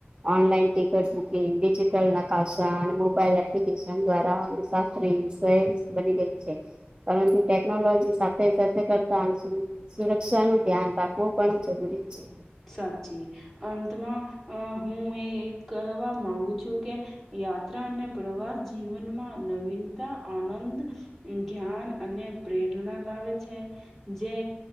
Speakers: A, on the right; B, in the centre.
A: ઓનલાઈન ટિકિટ બુકિંગ ડિજિટલ નકાશા અને મોબાઈલ એપ્લિકેશન દ્વારા પીન્ટસાઈજ બની ગઈ છે પરંતુ ટેકનોલોજી સાથે સાથે કરતા સુરક્ષા નું ધ્યાન રાખવું પણ જરૂરી છે
B: સાચી, અંતમાં હું એ કવા માંગુ છું કે. યાત્રા અને પ્રવાસ જીવનમાં નવીનતા આનંદ, ધ્યાન અને પ્રેરણા લાવે છે, જે